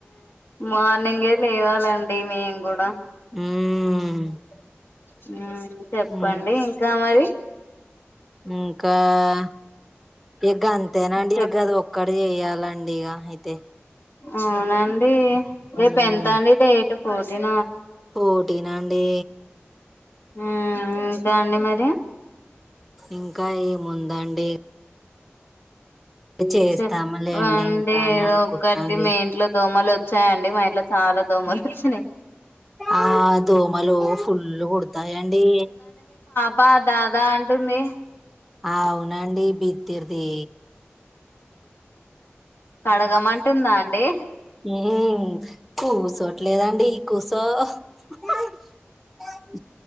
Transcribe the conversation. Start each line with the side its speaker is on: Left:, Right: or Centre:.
Left: మార్నింగే లేవాలండి మేము కూడా
Centre: మ్మ్
Left: <inaudible> మే చెప్పండి
Centre: మ్మ్
Left: ఇంకా మరీ <inaudible>
Centre: ఇంకా ఆ ఎగ్ అంతేనండి
Left: చెప్
Centre: ఎగ్ అది ఒక్కటి చెయాలండి ఇగ అయితే
Left: అవునండి రేపు
Centre: మ్మ్
Left: ఎంత అండి డేటు ఫోర్టీన్
Centre: పోటీనా అండి
Left: మ్మ్ ఇంకా అండి మరి
Centre: ఇంకా ఏమ్ ముందాండి చేస్తాము
Left: చెప్పండి
Centre: లేండి, ఇంకానే
Left: ఏదో
Centre: అనుకుంటున్నాండి.
Left: ఒకటి మీ ఇంట్లో దోమలు వచ్చాయండి మా ఇంట్లో చాలా దోమలు వచ్చినాయి
Centre: ఆ దోమలు ఫుల్ కుడుతాయండి.
Left: పా దాదా అంటుంది
Centre: అవునండి బిగ్ తీరిది
Left: కడగమంటుందా అండి?
Centre: మ్మ్ కూసోట్లేదండి, కూసో <unintelligible>